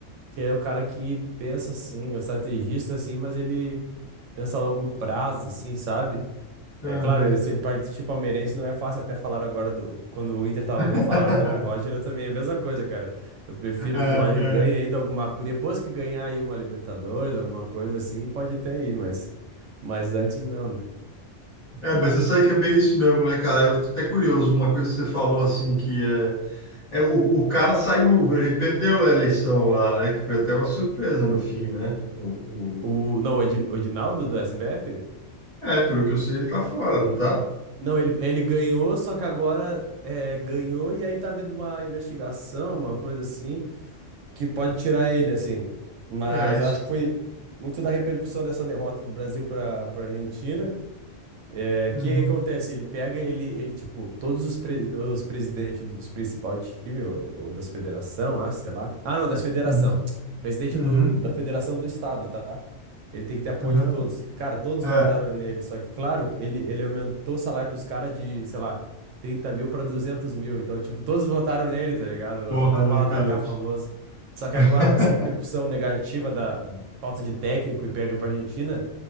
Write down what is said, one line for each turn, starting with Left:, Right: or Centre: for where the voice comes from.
Right: que é o cara que pensa assim, é o estrategista assim, mas ele pensa a longo prazo, assim, sabe?
Left: Aham.
Right: É claro, esse partir palmeirense não é fácil, até falar agora do. Quando o Inter tava
Left: <laughs>
Right: bem, falaram até do Roger, eu também é a mesma coisa, cara. Eu prefiro
Left: É,
Right: que o Roger
Left: é.
Right: ganhe ainda alguma coisa. Depois que ganhar aí uma Libertadores, alguma coisa assim, pode até ir, mas. Mas antes não, né?
Left: É, mas você sabe que é bem isso mesmo, né, cara? Eu tô até curioso, uma coisa que você falou assim que é É, o, o cara saiu, ele perdeu a eleição lá, né? Que foi até uma surpresa no fim, né? O,
Right: O,
Left: o-
Right: não, o Edi- o Edinaldo do SBF?
Left: É, pelo que eu sei, ele tá fora, não tá?
Right: Não, ele, ele ganhou, só que agora é, ganhou e aí tá vendo uma investigação, uma coisa assim. que pode tirar ele, assim. Mas
Left: É isso.
Right: eu acho que foi muito da repercussão dessa derrota do Brasil para para Argentina. É, o
Left: Uhum,
Right: que acontece? Ele pega, ele, ele tipo, todos os, pre- os presidentes dos principais times, ou, ou das federação, acho, sei lá. Ah, não, das federação.
Left: uhum,
Right: <tsk> Presidente
Left: uhum,
Right: do, da federação do estado, tá? Ele tem que ter apoio
Left: uhum.
Right: de todos. Cara, todos
Left: É,
Right: votaram nele, só que, claro, ele, ele aumentou o salário dos caras de, sei lá, trinta mil pra duzentos mil. Então, tipo, todos votaram nele, tá ligado?
Left: porra,
Right: Toma
Left: né,
Right: lá
Left: cara?
Right: da cá, famoso. Só que
Left: <laughs>
Right: agora, com essa repercussão negativa da falta de técnico e perda pra Argentina.